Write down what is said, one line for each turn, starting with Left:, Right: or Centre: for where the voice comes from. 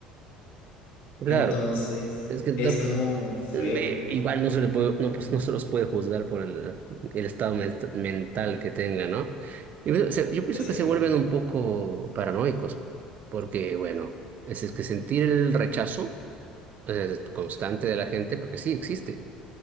Right: claro,
Left: Entonces,
Right: es que da-
Left: es como feo,
Right: eh, igual no se le puede, no, pues, no se los puede juzgar por el, el estado men- mental que tenga, ¿no? Y bueno, se- Yo pienso
Left: es cierto.
Right: que se vuelven un poco paranoicos, porque, bueno, es, es que sentir el rechazo eh, constante de la gente, porque sí existe,